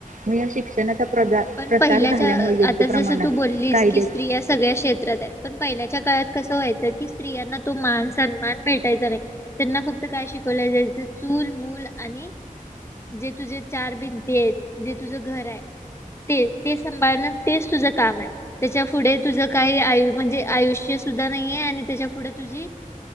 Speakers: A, on the right (about 65°); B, on the left (about 20°).
A: मग या शिक्षणाचा प्रसार-
B: पण पहिल्याच्या,
A: झाल्यामुळे योग्य
B: आता
A: प्रमाणात
B: जसं तू बोललीस
A: कायदे
B: की स्त्रि या सगळ्या क्षेत्रात आहेत. पण पहिल्याच्या काळात कसं व्हायचं? की स्त्रियांना तो मान सन्मान भेटायचा नाही. त्यांना फक्त काय शिकवलं जायच? चूल, मूल आणि- जे तुझे चार भिंती आहेत. जे तुझं घर आहे. ते ते सांभाळण तेच तुझं काम आहे. त्याच्या पुुढे तुझ, काहीय आयु म्हणजे आयुष्य सुद्धा नाहीये आणि त्याच्या पुुढ तुझी-